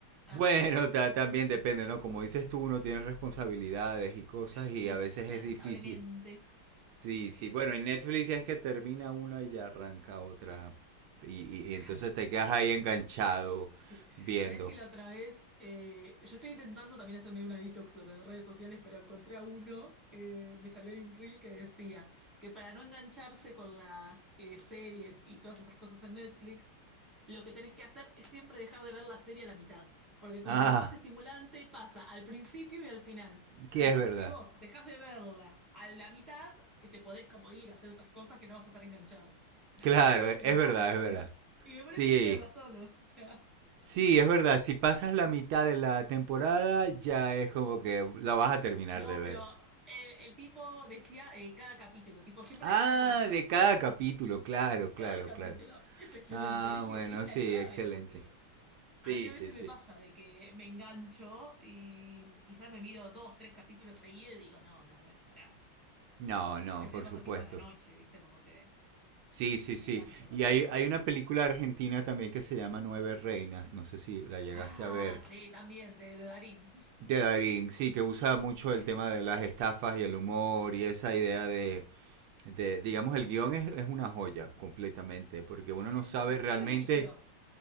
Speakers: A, in the centre; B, on the right.
A: Ah,
B: Bueno, ta- también depende, ¿no? Como dices tú, uno tiene responsabilidades y cosas
A: <laughs>
B: y a veces
A: lamentablemente.
B: es difícil. Sí,
A: Sí,
B: sí, bueno,
A: sí.
B: en Netflix ya es que termina una y ya arranca otra. Y, y-
A: Claro.
B: y entonces te quedas ahí enganchado
A: Sí.
B: viendo.
A: Sabes que la otra vez, eh, yo estoy intentando también hacerme una detox de re- redes sociales, pero encontré a uno, eh, me salió ahí un reel que decía que para no engancharse con las eh, series y todas esas cosas en Netflix, lo que tenés que hacer es siempre dejar de ver la serie a la mitad, porque como
B: Ah,
A: lo más estimulante pasa al principio y al final.
B: que
A: Entonces,
B: es verdad.
A: si vos dejás de verla a la mitad, te podés como ir a hacer otras cosas que no vas a estar enganchado. Nada,
B: Claro, e,
A: te
B: es
A: lo
B: verdad,
A: puedo recomendar.
B: es verdad.
A: Y me parece
B: Sí,
A: que tiene razón, <laughs> o sea.
B: Sí, es verdad, si pasas la mitad de la temporada ya es como que la vas a terminar
A: No,
B: de ver.
A: pero el, el tipo decía eh, cada capítulo, tipo siempre
B: Ah,
A: dejarlo por la mitad.
B: de cada capítulo, claro, claro,
A: Cada capítulo
B: claro.
A: es excelente.
B: Ah,
A: Y dije,
B: bueno,
A: es la
B: sí,
A: clave,
B: excelente.
A: porque
B: Sí,
A: a mí a
B: sí,
A: veces
B: sí.
A: me pasa de que me engancho y quizás me miro dos, tres capítulos seguidos y digo, no, no, bueno, pará.
B: No, no,
A: A veces
B: por
A: me pasa
B: supuesto.
A: tipo a la noche, ¿viste? Como que
B: Sí, sí,
A: me
B: sí.
A: engancho con
B: Y
A: eso.
B: hay, hay una película argentina también que se llama Nueve Reinas, no sé si la llegaste
A: Ah,
B: a ver,
A: sí, también, de, de Darín.
B: de Darín, sí, que usa mucho
A: <laughs>
B: el
A: ¿Quién,
B: tema de las estafas y el humor y esa idea de de- digamos, el guión es, es una joya completamente, porque uno
A: quién,
B: no sabe realmente.
A: quién la dirigió